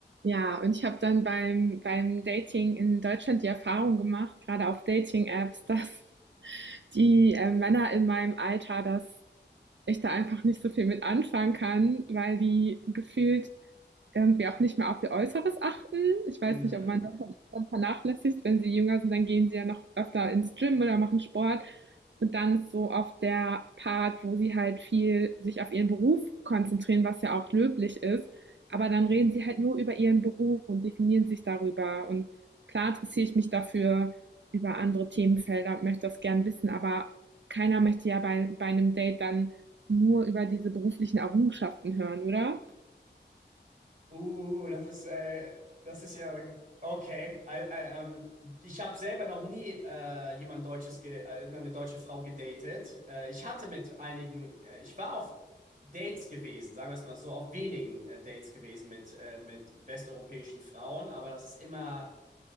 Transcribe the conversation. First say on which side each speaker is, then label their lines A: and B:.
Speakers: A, on the right (about 75°); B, on the right (about 45°).
A: Ja, und ich habe dann beim beim Dating in Deutschland die Erfahrung gemacht, gerade auf Dating-Apps, <laughs> dass die, äh, Männer in meinem Alter dass ich da einfach nicht so viel mit anfangen kann, weil die gefühlt irgendwie auch nicht mehr auf ihr Äußeres achten. Ich weiß
B: Mm.
A: nicht, ob man das dann vernachlässigt. Wenn sie jünger sind, dann gehen sie ja noch öfter ins Gym oder machen Sport. Und dann ist so oft der Part, wo sie halt viel sich auf ihren Beruf konzentrieren, was ja auch löblich ist. Aber dann reden sie halt nur über ihren Beruf und definieren sich darüber. Und klar interessiere ich mich dafür über andere Themenfelder und möchte das gern wissen. Aber keiner möchte ja bei, bei einem Date dann nur über diese beruflichen Errungenschaften hören, oder?
B: Uh, das ist, äh, das ist ja okay. Ä- ä- ähm, ich habe selber noch nie äh, jemand Deutsches, ge äh, eine deutsche Frau gedatet. Äh, ich hatte mit einigen, äh, ich war auf Dates gewesen, sagen wir es mal so, auf wenigen äh, Dates gewesen mit, äh, mit westeuropäischen Frauen, aber das ist immer,